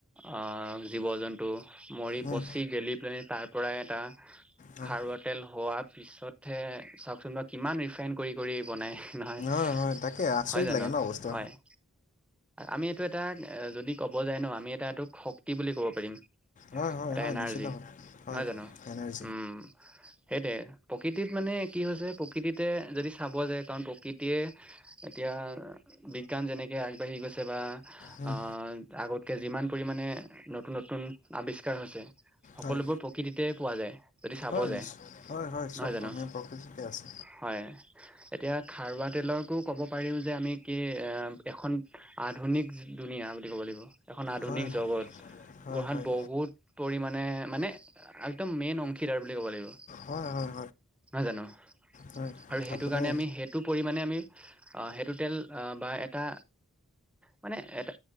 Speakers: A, in the centre; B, on the left.
A: আহ, জীৱ-জন্তু মৰি
B: উম
A: পচি গেলি প্লেনি তাৰ পৰাই এটা
B: হয়
A: খাৰুৱা তেল হোৱা পিছতহে চাওকচোন বাৰু কিমান ৰিফাইন কৰি -কৰি বনাই। নহয়
B: হয় হয় তাকে আচৰিত
A: হয় জানো
B: লাগে ন বস্তু
A: হয়। আমি এইটো এটা যদি ক'ব যায় ন' আমি এটা এইটোক শক্তি বুলি ক'ব পাৰিম।
B: হয়-হয়-হয়
A: এটা এনাৰ্জি
B: নিশ্চিত হয়-হয়নে?
A: নহয় জানো উম, সেইটোৱে। প্ৰকৃতিত মানে কি হৈছে। প্ৰকৃতিতে যদি চাব যায় কাৰণ প্ৰকৃতিয়ে এতিয়া বিজ্ঞান যেনেকে আগবাঢ়ি গৈছে বা
B: উম,
A: আ আগতকে যিমান পৰিমাণে নতুন-নতুন আৱিষ্কাৰ হৈছে। সকলোবোৰ
B: হয়
A: প্ৰকৃতিতে পোৱা যায়। যদি চাব
B: হয়
A: যায়
B: নিশ্চয় হয় হয়
A: নহয়
B: চব
A: জানো
B: আমি প্ৰকৃতিতে আছে
A: হয়, এতিয়া খাৰুৱা তেলৰকো ক'ব পাৰি যে আমি কি এ এখন আধুনিক দুুনীয়া বুলি ক'ব লাগিব। এখন আধুনিক
B: হয় হয়
A: জগত
B: হয়
A: গহাত
B: হয়
A: বহুত পৰিমণে মানে একদম মেইন অং খীদাৰ বুলি ক'ব লাগিব।
B: হয় হয়
A: নহয় জানো
B: হয়
A: আৰু সেইটো
B: আপোনাৰ
A: কাৰণে আমি সেইটো পৰিমণে আমি হেতু তেল বা এটা মানে এটা